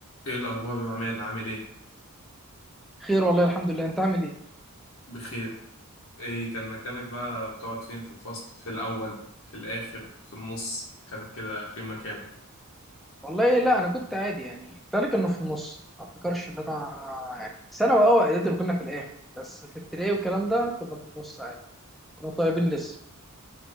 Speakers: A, on the left (about 65°); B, in the centre.
A: ايه الاخبار يا عماد عامل ايه
B: خير والله الحمد لله انت عامل ايه
A: بخير ايه كان مكانك بقى بتقعد فين في الفصل في الاول في الاخر في النص كان كده فين مكانك
B: والله لا انا كنت عادي يعني ذلك انه في النص ما افتكرش ان انا يعني ثانوي اه اعدادي اللي كنا في الاخر بس في ابتدائي والكلام ده كنا في النص عادي كنا طيبين لسه